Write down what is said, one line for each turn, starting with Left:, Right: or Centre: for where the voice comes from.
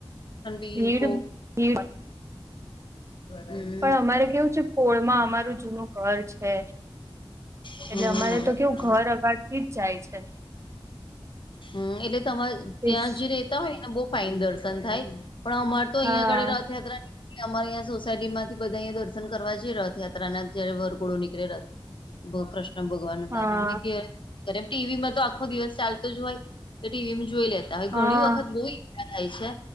Left: બી
Right: ભીડ
Left: બ
Right: ભીડ
Left: હ
Right: પણ અમારે કેવું છે, પોળમાં અમારું જૂનું ઘર છે.
Left: હમ
Right: એટલે અમારે તો કેવું ઘર અગાડ થી જ જાય છે.
Left: હમ એટલે તમારે ત્યાં
Right: ઈશ
Left: જે રેતા હોય ને બહ ફાઇન દર્શન થાય પણ અમા તો અહં
Right: હા
Left: ઘડે રથયાત્રા ની અમારે અં સોસાયટી માંથી બધા અહીંયા દર્શન કરવા જ રથ યાત્રા ના જયારે વરઘોડો નીકળે રથ બહ કૃષ્ કૃષ્ણ ભગવાન ન તારા
Right: હા
Left: અમે ઘેમ ટીવીમાં તો આખો દિવસ ચાલતો જ હોય તો ટીવીમાં જોઈ લે હવે ઘણી
Right: હા
Left: વખત બોઈ થાય છે,